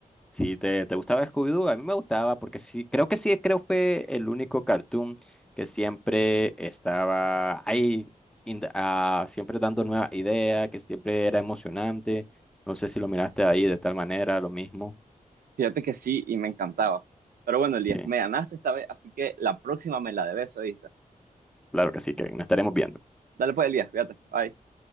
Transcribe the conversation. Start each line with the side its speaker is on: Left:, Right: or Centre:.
Centre: Si te, te gustaba Scooby-Doo, a mí me gustaba porque sí, creo que sí, creo fue el único cartoon que siempre estaba ahí, in the- ah, siempre dando nuevas ideas, que siempre era emocionante. No sé si lo miraste ahí de tal manera, lo mismo.
Right: Fíjate que sí y me encantaba. Pero bueno, Elías,
Centre: Sí,
Right: me ganaste esta vez, así que la próxima me la debes, ¿oíste?
Centre: claro que sí, que nos estaremos viendo.
Right: Dale pues, Elías, fíjate. Bye.